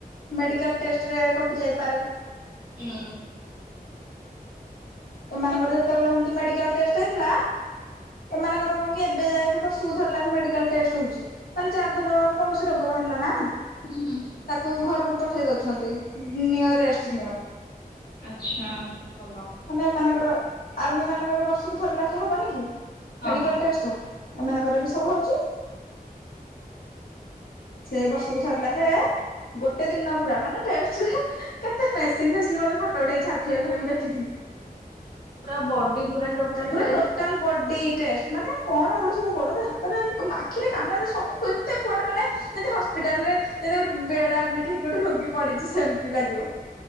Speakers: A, on the left; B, on the left.
A: ମେଡିକାଲ ଟେଷ୍ଟରେ କଟି ଯାଇପାରେ।
B: ହୁଁ।
A: ଏମାନଙ୍କର
B: ଦେଖାଯାଉ
A: ଯେତେବେଳେ ହେମତି ମେଡିକାଲ ଟଷ୍ଟ ହେଇଥିଲା ଏମାନଙ୍କର କଣ କି ଏବେ ଯାଏ ବି ବର୍ଷକୁ ଥର ଲାଖେ ମେଡିକାଲ ଟେଷ୍ଟ ହଉଚି। ମାନେ ଯାର ଧର କୌଣସି ରୋଗ ବାହାରିଲା ନା
B: ହୁଁ ହୁଁ
A: ତାକୁ ଘରକୁ ପଠେଇ ଦଉଛନ୍ତି ନିଅ ରେଷ୍ଟ ନିଅ।
B: ଆଚ୍ଛା ଭଲ।
A: ମାନେ ଏମାନଙ୍କର ଆର୍ମି ମାନଙ୍କର ବର୍ଷକୁ ଥର ଲାଖେ ହବନି କି
B: ହଁ
A: ମେଡିକାଲ
B: ହଁ
A: ଟେଷ୍ଟ? ଏମାନଙ୍କର ବି ସବୁ ହଉଚି। ସେ ବର୍ଷକୁ ଥରେ ଲାଖେ ଗୋଟେ ଦିନ ପୁରା ମାନେ ଟେଷ୍ଟ ରେ କେତେ ମେସିନ ଫେସିନ ମତେ ଫଟୋ ଉଠେଇ ଛାଡିଥିଲେ ଥରେ ମୁଁ ଦେଖିଥିଲି।
B: ପୁରା ବଡି ପୁରା ଟୋଟାଲ
A: ପୁରା
B: ଟେଷ୍ଟ
A: ଟୋଟାଲ ବଡି ଟେଷ୍ଟ। ମାନେ କଣ ଏଗୁଡ଼ା ସବୁ ଗୋଡ଼ରେ ହାତରେ ଆଖିରେ କାନରେ ସବୁ କେତେ କୁଆଡ଼େ ମାନେ ଯେମିତି ହସ୍ପିଟାଲ ରେ ଯେମତି ଗୋଟେ ବେଡ ଆଡମିଟ ହେଇି ଗୋଟେ ରୋଗୀ ପଡିଚି ସେମିତି ଲାଗିବ।